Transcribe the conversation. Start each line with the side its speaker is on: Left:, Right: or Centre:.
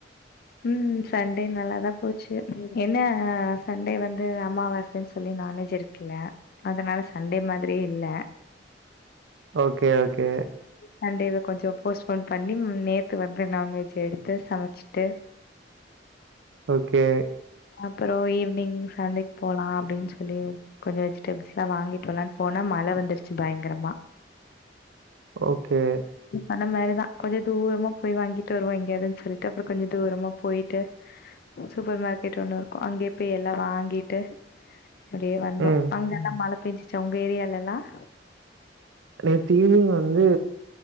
Left: உம் சண்டே நல்லாதான் போச்சு என்ன சண்டே வந்து அமாவாசைன்னு சொல்லி நான்வெஜ் எடுக்கல அதனால சண்டே மாதிரியே இல்ல
Right: ஓக்கே தோ கே
Left: சண்டே இத கொஞ்சோ போஸ்ட்போன் பண்ணி நேத்து வந்து நான்வெஜ் எடுத்து சமைச்சிட்டு
Right: ஓக்கே
Left: அப்புறம் ஈவினிங் சந்தைக்கு போலாம் அப்டின்னு சொல்லி கொஞ்சோ வெஜிடபிள்ஸ் எல்லாம் வாங்கிட்டு வரலான்னு போனா மழ வந்துருச்சு பயங்கரமா
Right: ஓக்கே
Left: அந்த மாதிரிதான் கொஞ்சோ தூரமா போய் வாங்கிட்டு வருவோம் எங்கையாதுனு சொல்லிட்டு அப்புறம் கொஞ்சோ தூரமா போயிட்டு சூப்பர் மார்க்கெட் ஒண்ணு இருக்கும் அங்கேயே போய் எல்லாம் வாங்கிட்டு அப்படியே வந்தோம்
Right: ம்
Left: அங்க தான் மழ பெஞ்சுச்சா உங்க ஏரியால எல்லாம்
Right: நேத்து ஈவினிங் வந்து